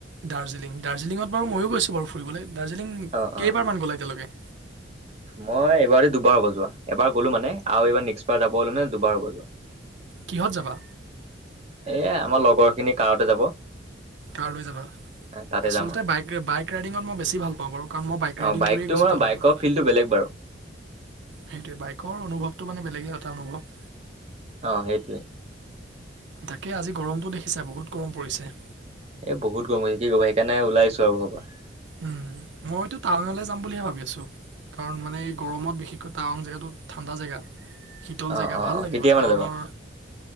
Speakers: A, on the right; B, on the right.
A: দাৰ্জিলিং দাৰ্জিলিঙত বাৰু ময়ো গৈছোঁ বাৰু ফুৰিবলে। দাৰ্জিলিং
B: অ
A: কেইবাৰমান
B: অ
A: গলা এতিয়ালৈকে?
B: মই এইবাৰৰ সতি দুবাৰ হ'ব যোৱা। এবাৰ গ'লো মানে আৰু এইবাৰ নেক্সট বাৰ যাব হ'লে মানে দুবাৰ হ'ব যোৱা।
A: কিহত যাবা?
B: এ, আমাৰ লগৰ খিনি কাৰতে যাব।
A: কাৰ লৈ যাবা।
B: তাতে
A: আচলতে
B: যাম আৰু
A: বাইক ৰাই বাইক ৰাইডিঙত মই বেছি ভাল পাওঁ বাৰু, কাৰণ মই বাইক
B: অ
A: ৰাইডিং
B: বাইকটো
A: কৰিয়ে গৈছোঁ
B: মই
A: তালৈকে।
B: বাইকৰ ফিল্ডটো বেলেগ বাৰু
A: সেইটোৱে বাইকৰ অনুভৱটো মানে বেলেগে এটা অনুভৱ।
B: অ', সেইটোৱে।
A: তাকে আজি গৰমটো দেখিছা বহুত গৰম পৰিছে।
B: এ, বহুত গৰম অ'এ কি কৰিবা সেইকাৰণে ওলাই আহিছোঁ আৰু ঘৰৰ পৰা।
A: উম, মইতো টাৱাঙলে যাম বুলিহে ভাবি আছোঁ। কাৰণ মানে এই গৰমত বিশেষকৈ টাৱাং জেগাটো ঠাণ্ডা জেগা শীতল
B: অ
A: জেগা
B: অ
A: ভাল
B: অ
A: লাগিব।
B: কেতিয়া
A: ঠাৱাঙৰ
B: মানে যাবা